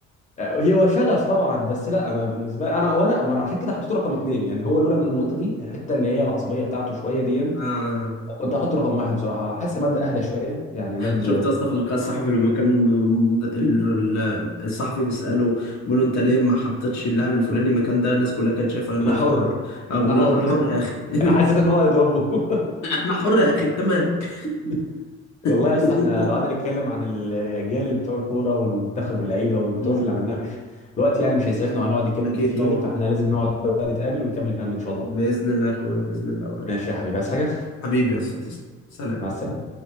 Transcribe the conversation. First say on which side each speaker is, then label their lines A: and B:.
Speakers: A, on the left; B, on the left.
A: <laughs> هي هو شغف طبعا بس لا انا بالنسبه لي انا وانا وانا عشان كده حطيته رقم اتنين يعني هو لولا النقطه
B: مم.
A: دي الحته اللي هي العصبيه بتاعته شويه دي
B: آه.
A: كنت هحطه رقم واحد بصراحه حاسس عماد اهدى شويه يعني عماد
B: شفت يا اسطى في اللقاء الصحفي لما كان م- ال- ال- الصحفي بيسأله بيقول له انت ليه ما حطيتش اللاعب الفلاني مكان ده الناس كلها كانت شايفه انك
A: انا حر
B: خ- <laughs> اه بيقول
A: انا حر
B: له انا حر يا اخي
A: <laughs>
B: <laughs>
A: انا حسيت ان هو هيضربه
B: انا حر يا اخي انت مالك
A: <laughs> والله
B: <laughs>
A: يا اسطى احنا لو قعدنا نتكلم عن الاجيال اللي بتوع الكوره والمنتخب واللعيبه والبطولات
B: أمم.
A: اللي عملناها مش الوقت يعني مش هيسعفنا وهنقعد نتكلم
B: اكيد
A: كتير
B: طبعا
A: فاحنا لازم نقعد بقى نتقابل ونكمل كلامنا ان شاء الله
B: باذن الله يا اخويا باذن الله قريب
A: ماشي يا حبيبي عايز حاجه
B: حبيبي يا اسطى تسلم سلام
A: مع السلامه